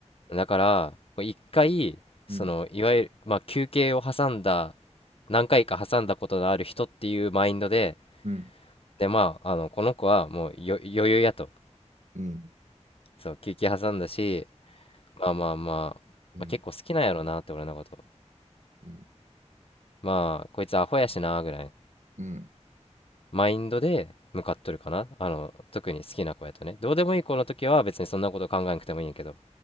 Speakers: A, on the left; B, on the right.
A: だから、もう一回、その、
B: うん、
A: いわゆる、まあ休憩を挟んだ、何回か挟んだことのある人っていうマインドで、
B: うん、うん、
A: で、まあ、あの、この子はもうよ余裕やと。
B: うん、
A: そう、休憩挟んだし、まあまあまあ、
B: う
A: まあ、結構好きなんやろなって俺のこと。
B: ん、
A: まあ、こいつアホやしな、ぐらい。
B: うん、
A: マインドで向かっとるかな。あの、特に好きな子やとね。どうでもいい子の時は別にそんなこと考えなくてもいいんやけど。